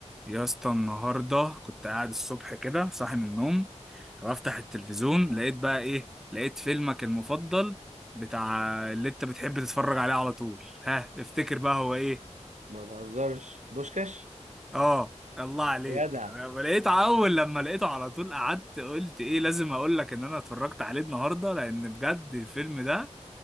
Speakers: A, in the centre; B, on the right.
A: يا اسطى النهارده كنت قاعد الصبح كده صاحي من النوم فبفتح التلفزيون لقيت بقى ايه لقيت فيلمك المفضل بتاع اللي انت بتحب تتفرج عليه على طول ها افتكر بقى هو ايه
B: ما تهزرش بوشكاش
A: اه الله عليك
B: يا جدع
A: لقيت اول لما لقيته على طول قعدت قلت ايه لازم اقول لك ان انا اتفرجت عليه النهارده لان بجد الفيلم ده